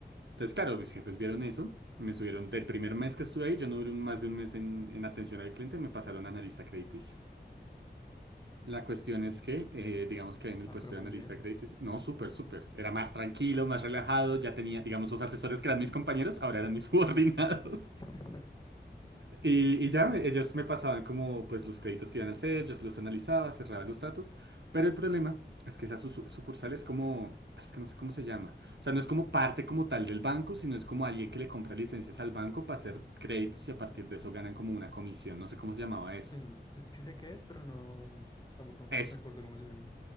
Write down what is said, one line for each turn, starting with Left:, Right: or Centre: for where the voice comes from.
Right: Entonces, claro, mis jefes vieron eso y me subieron del primer mes que estuve ahí, yo no duré un- más de un mes en, en atención al cliente, me pasaron a analista crediticio. La cuestión es que, eh, digamos que en el
Left: Ah,
Right: puesto
Left: pero muy
Right: de analista
Left: bien.
Right: de créditos, no, súper, súper. Era más tranquilo, más relajado. Ya tenía, digamos, los asesores que eran mis compañeros, ahora eran mis <laughs> subordinados.
Left: <laughs>
Right: Y, y ya me- ellos me pasaban como, pues, los créditos que iban a hacer, yo se los analizaba, cerraba los tratos. Pero el problema es que esa su- su- sucursal es como, es que no sé cómo se llama. O sea, no es como parte como tal del banco, sino es como alguien que le compra licencias al banco para hacer créditos y a partir de eso ganan como una comisión. No sé cómo se llamaba eso.
Left: Sí, sí, sí sé qué es, pero no, tampoco
Right: Eso.
Left: me acuerdo cómo se llama.